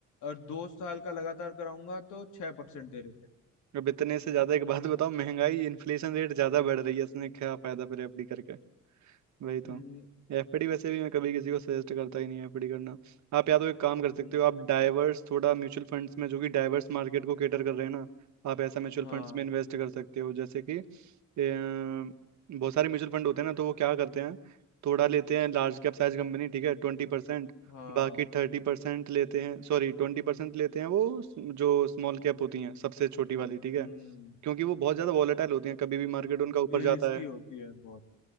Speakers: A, on the left (about 80°); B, on the right (about 70°).
A: और दो साल का लगातार कराऊंगा तो छह परसेंट दे रहे थे
B: अब इतने से ज़्यादा एक बात बताओ महंगाई इन्फ्लेशन रेट ज़्यादा बढ़ रही है इसने क्या फ़ायदा फिर एफडी करके वही
A: हम्म,
B: तो एफडी वैसे भी मैं कभी किसी को सजेस्ट करता ही नहीं है एफडी करना आप या तो एक काम कर
A: हम्म,
B: सकते हो आप डाइवर्स थोड़ा म्यूचुअल फंड्स में जो कि डाइवर्स मार्केट को केटर कर रहे हैं ना आप ऐसा म्यूचुअल
A: हाँ
B: फंड्स में इन्वेस्ट कर सकते हो जैसे कि अ, बहुत सारे म्यूचुअल फंड होते हैं ना तो वो क्या करते हैं थोड़ा लेते हैं लार्ज कैप साइज कंपनी ठीक है ट्वेंटी परसेंट
A: हाँ
B: बाकी थर्टी परसेंट लेते हैं सॉरी ट्वेंटी परसेंट लेते हैं वो स- जो स्मॉल कैप होती हैं सबसे छोटी वाली ठीक है
A: हम्म
B: क्योंकि वो बहुत ज़्यादा वॉलेटाइल होती हैं कभी भी मार्केट उनका ऊपर जाता
A: रिस्की
B: है
A: होती है बहुत